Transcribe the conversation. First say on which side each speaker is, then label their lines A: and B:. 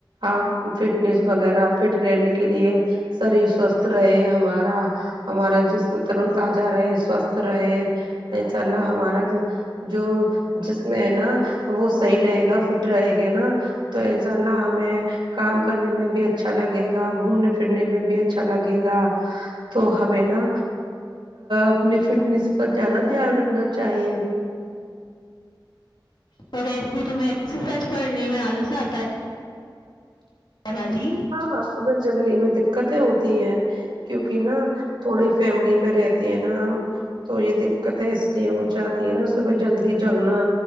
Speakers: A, on the right; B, on the left.
A: اپ فٹنیس وغیرہ فٹ رہنے کے لیے شریر سوست رہے ہمارا ہمارا جسم تر و تازہ رہے سوسست رہے انشاءاللہ ہمارا جو جسم ہے نا وہ صحیح رہے گا فٹ رہے گے نا تو انشاءاللہ ہمیں کام کرنے میں بھی اچھا لگے گا گھومنے پھرنے میں بھی اچھا لگے گا تو ہمیں نا اپنی فٹنیس پر زیادہ دھیان رکھنا چاہیے
B: پہلے سے تمہیں ایکسز سائز کرنے میں الس اتا ہے پر ہاں جی
A: ہاں صبح جگنے میں دقتیں ہوتی ہیں کیوکہ نا تھوڑے فیملی میں رہتے ہیں نا ہم تو یہ دقتیں اس لیے ہو جاتی ہے نا صبح جلدی جگنا